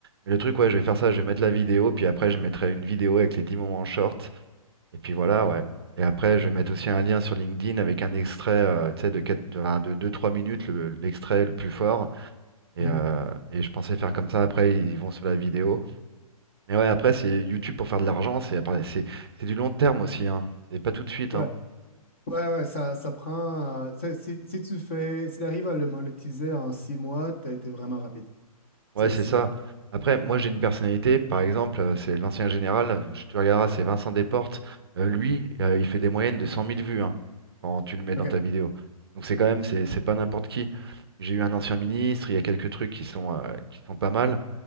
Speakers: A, on the right; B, on the left.
A: Mais le truc, ouais, je vais faire ça, je vais mettre la vidéo, puis après, je mettrai une vidéo avec les 10 moments short, et puis voilà, ouais. Et après, je vais mettre aussi un lien sur LinkedIn avec un extrait, euh, tu sais, de quatre, de enfin, de deux, trois minutes, le- l'extrait le plus fort. Et,
B: mhm.
A: euh, et je pensais faire comme ça, après ils vont sur la vidéo. Mais ouais, après c'est YouTube pour faire de l'argent, c'est c'est- c'est du long terme aussi, hein. C'est pas tout de suite,
B: Ouais,
A: hein.
B: ouais, ouais, ça, ça prend. euh, tu sais, si, si tu fais, si tu arrives à le monétiser en six mois, t'as été vraiment rapide.
A: Ouais,
B: C'est,
A: c'est
B: c'est.
A: ça. Après, moi j'ai une personnalité, par exemple, euh, c'est l'ancien général, je te regarderas, c'est Vincent Desportes. Euh, lui, euh, il fait des moyennes de cent mille vues, hein, quand tu le mets dans
B: OK.
A: ta vidéo. Donc c'est quand même, c'est c'est pas n'importe qui. J'ai eu un ancien ministre, il y a quelques trucs qui sont, euh, qui sont pas mal.